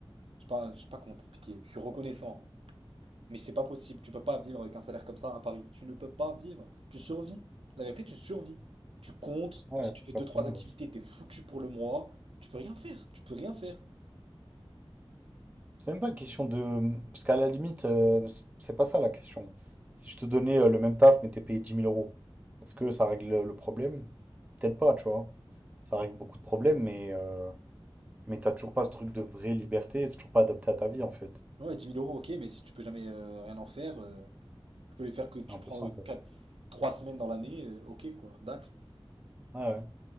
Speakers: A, on the right; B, on the right.
A: Je sais pas, je sais pas comment t'expliquer. Je suis reconnaissant. Mais c'est pas possible. Tu peux pas vivre avec un salaire comme ça à Paris. Tu ne peux pas vivre. Tu survis. La vérité, tu survis. Tu comptes.
B: ouais,
A: Si tu fais
B: comme
A: deux, trois
B: tout le monde.
A: activités, t'es foutu pour le mois. Tu peux rien faire. Tu peux rien faire.
B: C'est même pas une question de... Parce qu'à la limite, euh, c- c'est pas ça la question. Si je te donnais euh, le même taf, mais t'es payé dix mille euros, est-ce que ça règle le le problème? Peut-être pas, tu vois. Ça règle beaucoup de problèmes, mais, euh, mais t'as toujours pas ce truc de vraie liberté, c'est toujours pas adapté à ta vie, en fait.
A: Ouais, dix mille euros, ok, mais si tu peux jamais euh, rien en faire, euh, tu peux les faire que
B: C'est
A: tu
B: un
A: prends
B: peu ça, en fait.
A: 4, 3 semaines dans l'année, euh, ok quoi, d'accord.
B: Ouais, ouais.